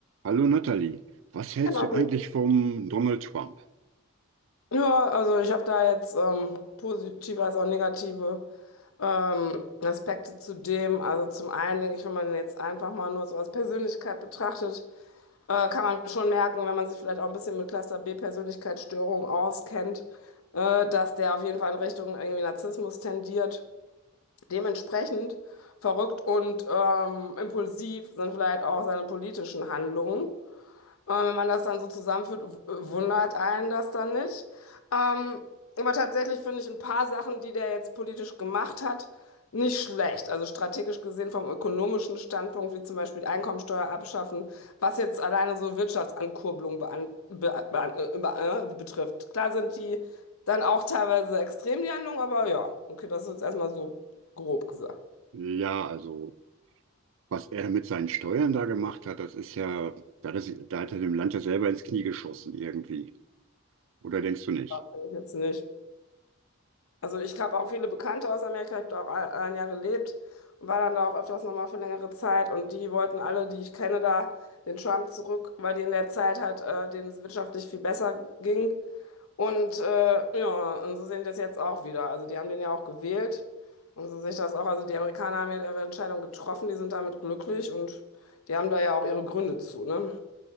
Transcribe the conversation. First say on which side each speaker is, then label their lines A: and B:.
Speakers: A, on the right; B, on the left.
A: Hallo Nathalie, was hältst
B: Hi, Martin.
A: du eigentlich vom Donald Trump?
B: Ja, also ich habe da jetzt ähm, positive als auch negative ähm, Aspekte zu dem. Also zum einen denke ich, wenn man den jetzt einfach mal nur so als Persönlichkeit betrachtet, äh, kann man schon merken, wenn man sich vielleicht auch ein bisschen mit Cluster B Persönlichkeitsstörung auskennt, äh, dass der auf jeden Fall in Richtung irgendwie Narzissmus tendiert. Dementsprechend verrückt und ähm, impulsiv sind vielleicht auch seine politischen Handlungen. Aber wenn man das dann so zusammenführt, w- wundert einen das dann nicht. Ähm, aber tatsächlich finde ich ein paar Sachen, die der jetzt politisch gemacht hat, nicht schlecht. Also strategisch gesehen vom ökonomischen Standpunkt, wie zum Beispiel Einkommensteuer abschaffen, was jetzt alleine so Wirtschaftsankurbelung bean be bean äh, be äh, betrifft. Klar sind die dann auch teilweise extrem, die Handlung, aber ja, okay, das ist jetzt erstmal so grob gesagt.
A: Ja, also was er mit seinen Steuern da gemacht hat, das ist ja, da hat er, sich- da hat er dem Land ja selber ins Knie geschossen irgendwie. Oder denkst du nicht?
B: Kann ich jetzt nicht. Also ich habe auch viele Bekannte aus Amerika, ich habe da auch ein ein Jahr gelebt und war dann da auch öfters nochmal für längere Zeit und die wollten alle, die ich kenne, da den Trump zurück, weil die in der Zeit halt äh, denen es wirtschaftlich viel besser ging. Und äh, ja, und so sehen die das jetzt auch wieder. Also die haben den ja auch gewählt und so sehe ich das auch. Also die Amerikaner haben ja ihre Entscheidung getroffen, die sind damit glücklich und die haben da ja auch ihre Gründe zu, ne?